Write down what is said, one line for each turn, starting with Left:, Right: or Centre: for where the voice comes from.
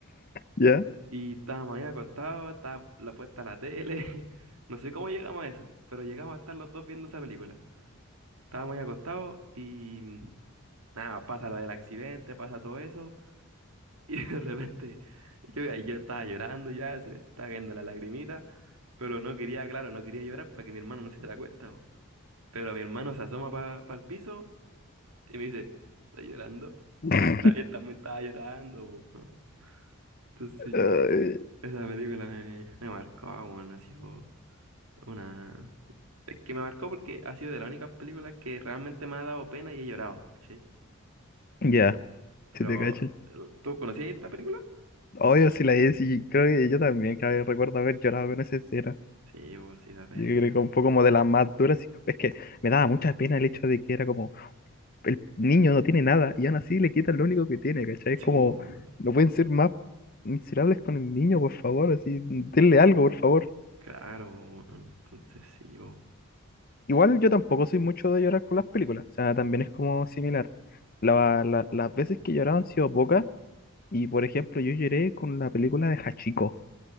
Left: ya.
Right: Y estábamos ahí acostados, estaba la puesta la tele. <laughs> No sé cómo llegamos a eso, pero llegamos a estar los dos viendo esa película. Estábamos ahí acostados y mm, nada, pasa lo del accidente, pasa todo eso. <laughs> Y de repente yo, ahí yo estaba llorando ya, se me estaba cayendo la lagrimita, pero no quería, claro, no quería llorar para que mi hermano no se diera cuenta. po. Pero mi hermano se asoma para el piso y me dice, ¿estás llorando?
Left: <laughs>
Right: Y él, ta- él también estaba llorando. po, weón. Entonces
Left: Ay,
Right: yo, esa película me, me marcó, bueno, así. Po. Una... Es que me marcó porque ha sido de las únicas películas que realmente me ha dado pena y he llorado, ¿cachai?
Left: Ya.
Right: Pero,
Left: Si te cacho.
Right: el- ¿tú conocías esta película?
Left: Obvio, si la Jessie, creo que yo también, que recuerdo haber llorado con esa escena.
Right: Sí, pues sí da pena.
Left: Yo creo que fue como de las más duras. y Es que me daba mucha pena el hecho de que era como, el niño no tiene nada y aún así le quitan lo único que tiene, ¿cachai?
Right: Sí,
Left: Es como,
Right: pues,
Left: no pueden ser más miserables con el niño, por favor, así, denle algo, por favor.
Right: claro, po, weón. entonces sí, pues,
Left: Igual yo tampoco soy mucho de llorar con las películas, o sea, también es como similar. La- la- las veces que he llorado han sido pocas y, por ejemplo, yo lloré con la película de Hachiko.